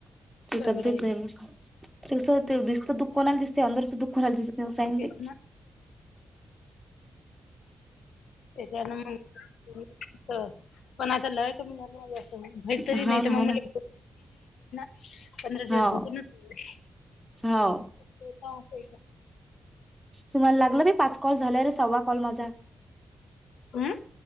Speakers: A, in the centre; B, on the left (about 85°).
A: त
B: सगळे
A: तब्येत नाही म का. त कसं दिसत दुःख कोणाला दिसते अंदरचं दुख कोणाला दिसतेयं नाही असं
B: मग
A: आहे ना
B: तेच
A: ते.
B: त्याच्यान मग पण आता लय कमी झाली माजे असं म्हण...
A: ते हा ना हा ना
B: <unintelligible> पंधरा दिवस
A: हो
B: जतो <unintelligible>
A: हो तुम्हाला लागलं बाई पाच कॉल झाला रे सव्वा कॉल माझा हाय.
B: हम्म